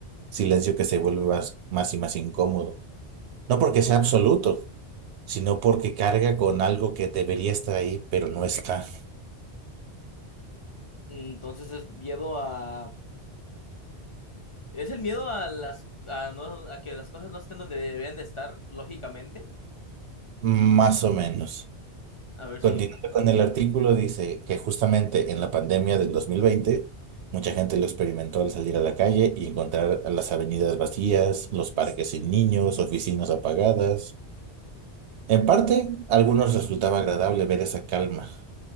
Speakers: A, on the right; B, on the left.
A: Silencio que se vuelve más, más y más incómodo. No porque sea absoluto, sino porque carga con algo que debería estar ahí, pero no está.
B: Entonces, es miedo a Es el miedo a las a no a que las cosas no estén donde deberían de estar, lógicamente.
A: Más o menos.
B: A ver, sigue.
A: Continuando con el artículo, dice que justamente en la pandemia del 2020, mucha gente lo experimentó al salir a la calle y encontrar a las avenidas vacías, los parques sin niños, oficinas apagadas. En parte, a algunos
B: Ujú,
A: resultaba agradable ver esa calma,